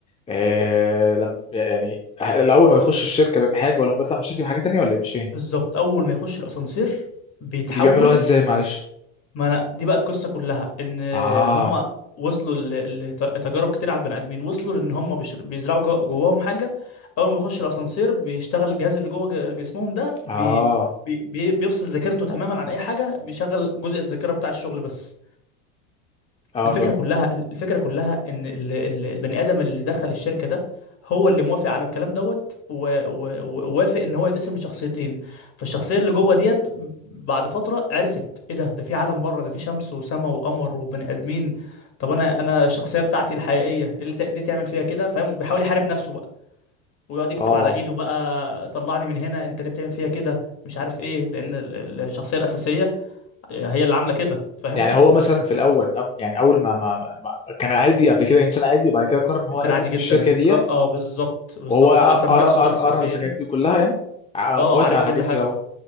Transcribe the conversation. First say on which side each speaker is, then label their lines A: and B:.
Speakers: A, on the left; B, on the left.
A: آه لم يعني الاول ما بيخش الشركه بحاجه ولما بيطلع من الشركه بحاجه تانية ولا ايه مش فاهم
B: بالظبط اول ما يخش الاسانسير بيتحول
A: ودي بيعملوها ازاي معلش
B: ما انا دي بقى القصه كلها ان
A: اه
B: هم وصلوا ل- لتجارب كتير على البني ادمين وصلوا لان هم بيش- بيزرعوا جو- جواهم حاجه اول ما بيخش الاسانسير بيشتغل الجهاز اللي جوه ج- جسمهم ده بي
A: اه
B: بي بي- بيفصل ذاكرته تماما عن اي حاجه بيشغل جزء الذاكره بتاع الشغل بس
A: اه
B: الفكرة
A: تقول
B: كلها الفكرة كلها ان ال- ال- البني ادم اللي دخل الشركة ده هو اللي موافق على الكلام دوت و- و- ووافق ان هو يتقسم لشخصيتين فالشخصية اللي جوه ديت بعد فترة عرفت ايه ده ده في عالم بره ده في شمس وسماء وقمر وبني ادمين طب انا انا الشخصية بتاعتي الحقيقية إيه اللي ت- ليه تعمل فيها كده فاهم وبيحاول يحارب نفسه بقى ويقعد يكتب
A: اه
B: على ايده بقى طلعني من هنا انت ليه بتعمل فيها كده مش عارف ايه لان ال- ال- الشخصية الأساسية هي اللي عاملة كده فاهم
A: يعني هو مثلا في الاول أب- يعني اول ما, ما, ما ما- كان عادي قبل كده انسان عادي وبعد كده قرر ان هو
B: انسان
A: يقدم
B: عادي
A: في
B: جدا
A: الشركه ديت
B: ك... اه بالظبط بالظبط
A: وهو قرا
B: وقسم نفسه
A: قرا
B: شخصيتين
A: قرا الحاجات دي كلها يعني ع- وافق
B: اه عارف
A: على الحاجات
B: كل حاجه
A: دي في الاول